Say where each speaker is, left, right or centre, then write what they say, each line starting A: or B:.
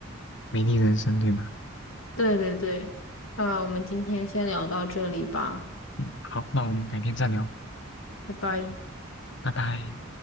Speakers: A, on the left (about 60°); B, on the left (about 85°).
A: 《美丽人生》，对吧？
B: 对对对，啊，我们今天先聊到这里吧，
A: 嗯，好，那我们改天再聊，
B: 拜拜。
A: 拜拜。